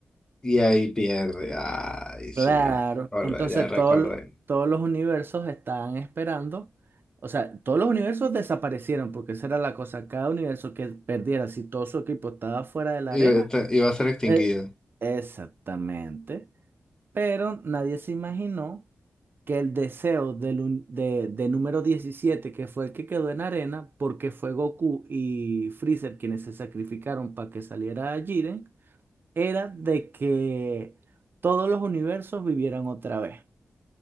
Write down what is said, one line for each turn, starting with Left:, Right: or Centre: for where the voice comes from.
Left: Y ahí pierde. Ay,
Right: Claro.
Left: sí. Recordé,
Right: Entonces
Left: ya recordé.
Right: todo lo- todos los universos estaban esperando. O sea, todos los universos desaparecieron porque esa era la cosa. Cada universo que perdiera, si todo su equipo estaba fuera de la
Left: Iba,
Right: arena.
Left: a te- iba a ser extinguido.
Right: eh, exactamente. Pero nadie se imaginó que el deseo del, un- de, de número 17 que fue el que quedó en arena, porque fue Goku y Freezer quienes se sacrificaron para que saliera Jiren, era de que todos los universos vivieran otra vez.